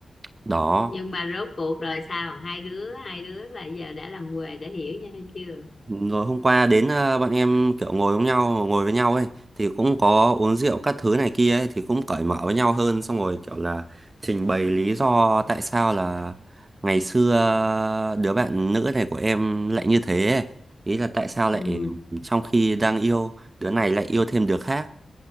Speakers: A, on the right; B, on the left.
A: đó
B: nhưng mà rốt cuộc rồi sao hai đứa hai đứa là giờ đã làm quề để hiểu nhau chưa
A: Rồi hôm qua đến ờ, bọn em kiểu ngồi với nhau ngồi với nhau ấy thì cũng có uống rượu các thứ này kia ấy thì cũng cởi mở với nhau hơn xong rồi kiểu là trình bày lý do tại sao là ngày xưa ờ, đứa bạn nữ này của em lại như thế ấy. Ý là tại sao lại
B: ừ
A: trong khi đang yêu đứa này lại yêu thêm đứa khác